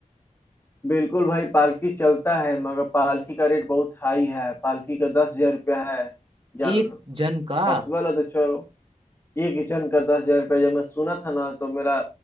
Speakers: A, on the left (about 20°); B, on the right (about 40°).
A: बिल्कुल भाई पालकी चलता है मगर पालकी का रेट बहुत हाई है पालकी का दस हजार रुपया है जान
B: एक
A: लो
B: जन का
A: पॉसिबल है तो चलो एक जन का दस हजार रुपया जब मैं सुना था ना तो मेरा